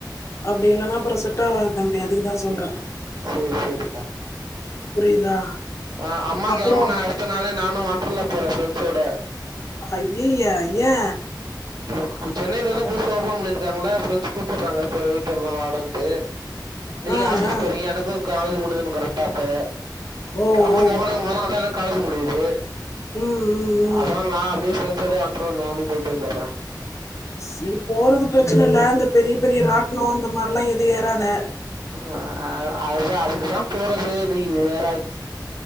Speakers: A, on the left; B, on the right.
A: அப்படி இல்லைன்னா அப்புறம் செட்டாகுது தம்பி அதுக்குதா சொல்றே
B: சரி சரிக்கா
A: புரியுதா
B: ஆ அம்மா
A: அப்புறம்
B: கெளம்புன அடுத்த நாளே நா வொன்ட்றலா போற ப்ரெண்ட்ஸோட
A: அய்யய ஏ
B: இப்போ சென்னையிலதா புதுசா ஓபன் பண்ணிருக்காங்களா ரெண்ட்ஸ் கூப்பிடுறாங்க போயிட்டு வரல் வாடான்ட்டு நீங்க
A: ஆ
B: ஆபீஸ்
A: ஆ.
B: போறீங்க எனக்கு காலேஜ் முடிஞ்துன்னு கரெக்டாப்ப
A: ஓ
B: அம்மா
A: ஓ
B: கேப்பாங்க மொத வந்த கல முடியுது
A: ம் ம், ம்.
B: அதா நான் அப்படியே பிரெண்ட் ட அந்த நானும் போய்ட்டு வந்தட்ர
A: செரி போறது பிரச்சனை இல்ல இந்த பெரிய பெரிய ராட்னம் இந்த மாரிலா எதுவு ஏறாத
B: ஆ, அதுதான் அதுக்கு தான் போறது நீங்க வி